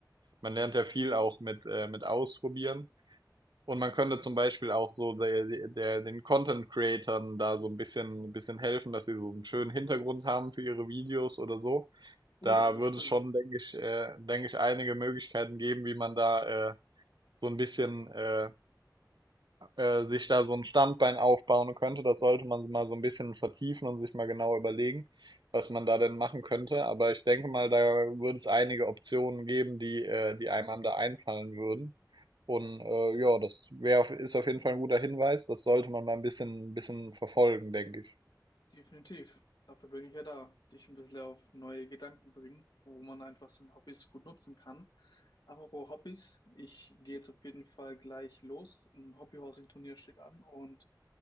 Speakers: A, on the right; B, on the left.
A: man lernt ja viel auch mit, äh, mit Ausprobieren. Und man könnte zum Beispiel auch so der, der, den Content-Creatern da so ein bisschen, bisschen helfen, dass sie so einen schönen Hintergrund haben für ihre Videos oder so.
B: Oh
A: Da
B: ja, das
A: würde
B: stimmt.
A: es schon, denke ich, äh, denke ich, einige Möglichkeiten geben, wie man da, äh, so ein bisschen äh, äh, sich da so ein Standbein aufbauen könnte. Das sollte man mal so ein bisschen vertiefen und sich mal genau überlegen, was man da denn machen könnte. Aber ich denke mal, da würde es einige Optionen geben, die, äh, die einem da einfallen würden. Und äh, ja, das wäre auf, ist auf jeden Fall ein guter Hinweis. Das sollte man mal ein bisschen, ein bisschen verfolgen, denke ich.
B: Definitiv. Dafür bin ich ja da. Dich ein bisschen auf neue Gedanken bringen, wo man einfach seine Hobbys gut nutzen kann. Apropos Hobbys, ich gehe jetzt auf jeden Fall gleich los. Ein Hobbyhousing-Turnier steht an und